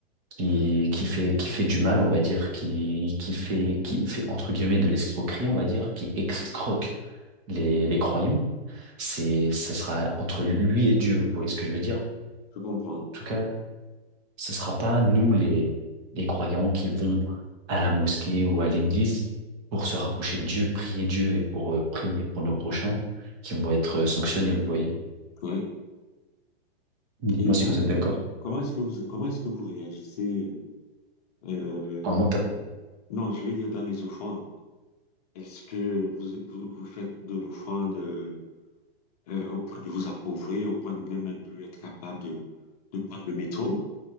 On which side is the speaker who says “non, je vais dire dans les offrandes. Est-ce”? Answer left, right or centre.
Left